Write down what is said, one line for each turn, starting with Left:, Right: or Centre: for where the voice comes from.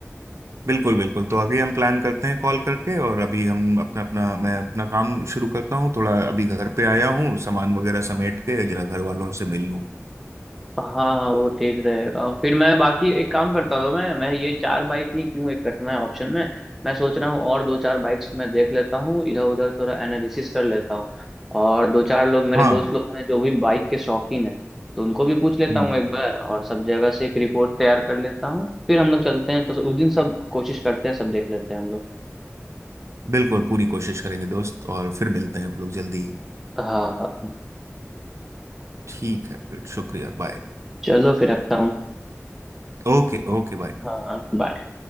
Right: बिल्कुल बिल्कुल तो आगे हम प्लान करते हैं कॉल करके और अभी हम अपना अपना मैं अपना काम शुरू करता हूँ थोड़ा अभी घर पे आया हूँ सामान वगैरह समेट के जरा घर वालों से मिल लूँ
Centre: हाँ हाँ वो ठीक रहेगा फिर मैं बाकी एक काम करता हूँ मैं मैं ये चार बाइक ही क्यों एक रखना है ऑप्शन में मैं सोच रहा हूँ और दो चार बाइक्स मैं देख लेता हूँ इधर उधर थोड़ा एनालिसिस कर लेता हूँ और दो चार लोग मेरे
Right: हाँ
Centre: दोस्त लोग हैं जो भी बाइक के शौकीन है तो उनको भी पूछ लेता
Right: हम्म
Centre: हूँ
Right: हम्म
Centre: एक बार और सब जगह से एक रिपोर्ट तैयार कर लेता हूँ फिर हम लोग चलते हैं तो उस दिन सब कोशिश करते हैं सब देख लेते हैं हम लोग
Right: बिल्कुल पूरी कोशिश करेंगे दोस्त और फिर मिलते हैं आप लोग जल्दी ही
Centre: हाँ हाँ हाँ
Right: ठीक है फिर शुक्रिया बाय
Centre: चलो फिर रखता हूँ
Right: Okay okay bye
Centre: हाँ बाय